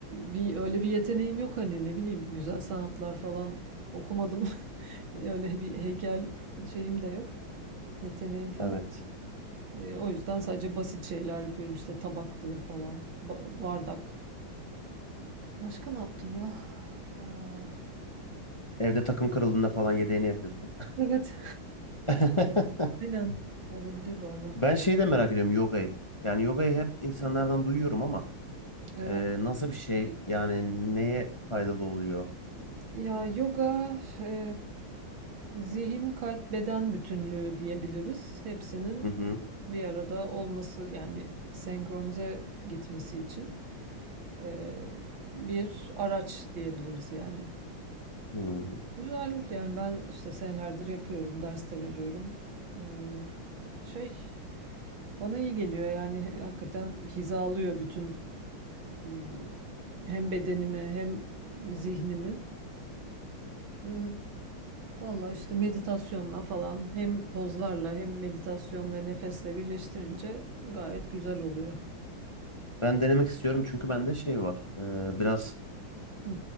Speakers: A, on the right; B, on the left.
A: e, bir öyle bir yeteneğim yok hani ne bileyim güzel sanatlar falan okumadım. <laughs> Öyle bir heykel şeyim de yok. Yeteneğim falan.
B: Evet.
A: E, o yüzden sadece basit şeyler yapıyorum işte tabaktı falan, ba- bardak. Başka ne yaptım ya? Aa,
B: Evde takım kırıldığında falan yedeğini yapıyorsun.
A: Evet.
B: <laughs>
A: Aynen. Olabilir valla.
B: Ben şeyi de merak ediyorum yogayı. Yani yogayı hep insanlardan duyuyorum ama
A: Evet.
B: e, nasıl bir şey? Yani neye faydalı oluyor?
A: Ya yoga e, zihin, kalp, beden bütünlüğü diyebiliriz. Hepsinin
B: Hı hı.
A: bir arada olması yani senkronize gitmesi için e, bir araç diyebiliriz yani.
B: Hı.
A: Güzel yani ben işte senelerdir yapıyorum, ders de veriyorum. E, şey bana iyi geliyor yani hakikaten hizalıyor bütün m, hem bedenimi hem zihnimi. Ee, Valla işte meditasyonla falan hem pozlarla hem meditasyon ve nefesle birleştirince gayet güzel oluyor.
B: Ben denemek istiyorum çünkü bende şey var. Ee, biraz
A: Hı.